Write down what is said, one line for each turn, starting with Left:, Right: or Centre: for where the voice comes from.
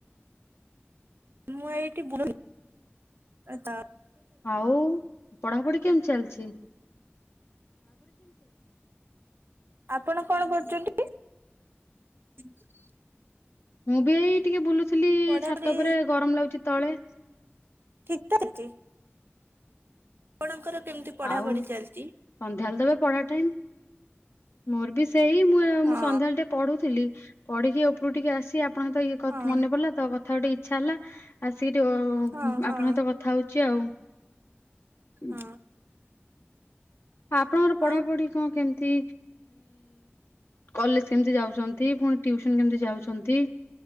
Right: ମୁଁ ଏଠି ବୁଲୁ ତା
Left: ହଉ। ପଢାପଢି କେମତି ଚାଲଛି।
Right: ଆପଣ କଣ କରୁଛନ୍ତି। <unintelligible>
Left: ମୁଁ ବି ଏଇ ଟିକେ ବୁଲୁଥିଲି
Right: ପଢାପଢି
Left: ଛାତ ଉପରେ ଗରମ ଲାଗୁଛି ତଳେ।
Right: <unintelligible> ଆପଣଙ୍କର କେମିତି ପଢାପଢି
Left: ଆଉ ସନ୍ଧ୍ୟାବେଳେ
Right: ଚାଲିଛି?
Left: ଦେବେ ପଢା ଟାଇମ୍। ମୋର ବି ସେଇ ମୁଁ
Right: ହଁ
Left: ସନ୍ଧ୍ୟାବେଳେ ଟେ ପଢୁଥିଲି। ପଢିକି ଉପରୁକୁ ଟିକେ ଆସିଚି ଆଉ ଆପଣତ ଇଏ
Right: ହଁ
Left: ମନେ ପଡିଲା ତ କଥା ହ ଟିକେ ଇଚ୍ଛା ହେଲା। ଆସିକିରି
Right: ହଁ ହଁ
Left: ଆପଣଙ୍କତ କଥା ହଉଛି ଆଉ। ହୁଁ।
Right: ହଁ
Left: ଆପଣଙ୍କର ପଢାପଢି
Right: ଆଉ
Left: କଣ କେମିତି। କଲେଜ୍ କେମତି ଯାଉଛନ୍ତି? ପୁଣି ଟିଉସନ୍ କେମତି ଯାଉଛନ୍ତି?